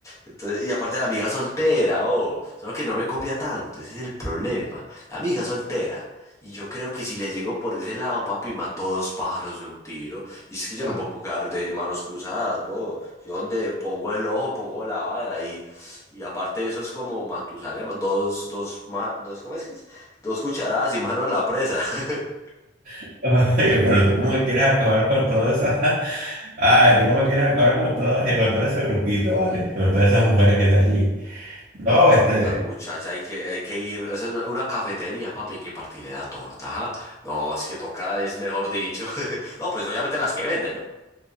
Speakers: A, on the left; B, on the right.
A: Entonces, y aparte la amiga soltera, oh, solo que no me copia tanto, ese es el problema. La amiga soltera. Y yo creo que si le llego por ese lado, papi, mató dos pájaros de un tiro. Y es que yo
B: <laughs>
A: no me puedo quedar de manos cruzadas, bo. Yo donde pongo el ojo, pongo la vara. Y, y aparte eso es como Matusalem, dos, dos, ma- dos, ¿cómo es que es? Dos cucharadas y mano a la presa. <laughs>
B: <laughs> Oye, pero tú como que quieres acabar con toda esa... <laughs> Ay, tú como que quieres acabar con toda, eh, con todo ese grupito, ¿vale? Con todas esas mujeres que de allí. No, este...
A: Y Esas muchachas, hay que, hay que ir, o sea, una, una cafetería, papi, hay que partir de la torta, ajá. No, es que toca, es mejor dicho. <laughs> No, pues obviamente las que venden, ¿no?